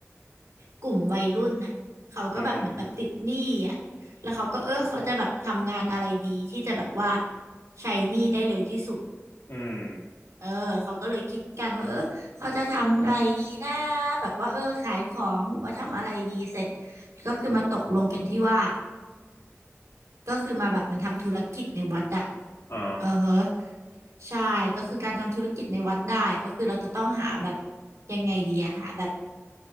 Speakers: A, on the right; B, on the left.
A: กลุ่มวัยรุ่นน่ะเขาก็แบบเหมือนแบบติดหนี้อะแล้วเขาก็เออเขาจะแบบทำงานอะไรดีที่จะแบบว่า
B: อืม
A: ใช้หนี้ได้เร็วที่สุด
B: อืม
A: เออเขาก็เลยคิดกันว่าเออเขาจะทำอะไรดีนะแบบว่าเออขายของหรือว่าทำอะไรดีเสร็จก็คือมาตกลงกันที่ว่าก็คือมาแบบเหมือนทำธุรกิจในวัดอะ
B: อ๋อ
A: เออเฮะใช่ก็คือการทำธุรกิจในวัดได้ก็คือเราจะต้องหาแบบยังไงดีอะหาแบบ